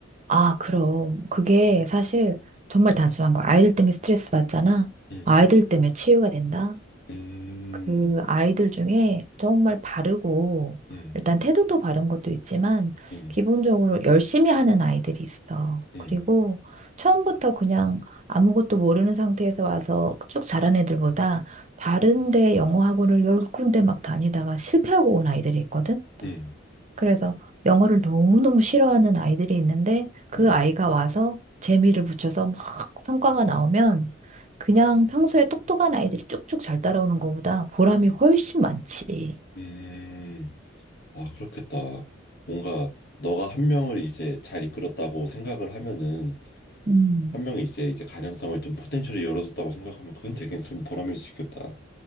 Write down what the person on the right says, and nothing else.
아, 그럼. 그게 사실 정말 단순한 거야. 아이들 때문에 스트레스 받잖아.
아이들 때문에 치유가 된다.
그 아이들 중에 정말 바르고
일단 태도도 바른 것도 있지만
기본적으로 열심히 하는 아이들이 있어.
그리고 처음부터 그냥 아무것도 모르는 상태에서 와서 쭉 자란 애들보다 다른데 영어 학원을 열 군데 막 다니다가 실패하고 온 아이들이 있거든.
그래서 영어를 너무너무 싫어하는 아이들이 있는데 그
아이가 와서 재미를 붙여서 막 성과가 나오면 그냥 평소에 똑똑한 아이들이 쭉쭉 잘 따라오는 것보다 보람이
훨씬 많지.
음.